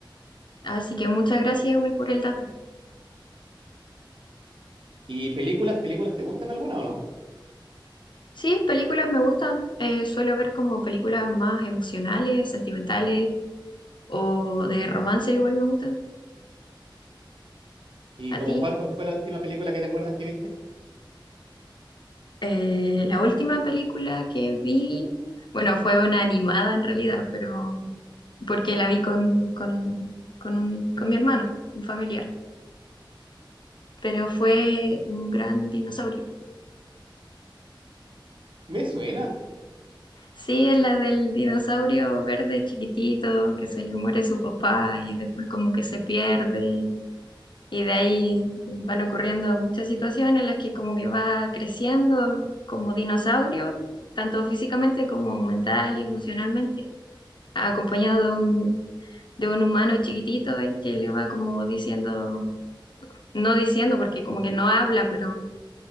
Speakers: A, on the left; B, on the right.
A: Así que muchas gracias igual por el dato.
B: ¿Y películas, películas, te gustan alguna o no?
A: Sí, películas me gustan. eh, suelo ver como películas más emocionales, sentimentales o de romance igual me gustan.
B: ¿Y
A: ¿A
B: como
A: ti?
B: cuál, cuál fue la última película que te acuerdas que viste?
A: Eh, la última película que vi, bueno, fue una animada en realidad, pero porque la vi con, con, con, un- con mi hermano, un familiar, pero fue un gran dinosaurio.
B: Me suena.
A: Sí, es la del dinosaurio verde chiquitito que se le muere su papá y después como que se pierde. Y de ahí van ocurriendo muchas situaciones en las que como que va creciendo como dinosaurio, tanto físicamente como mental y emocionalmente, acompañado de un, de un humano chiquitito ahí que le va como diciendo, no diciendo porque como que no habla, pero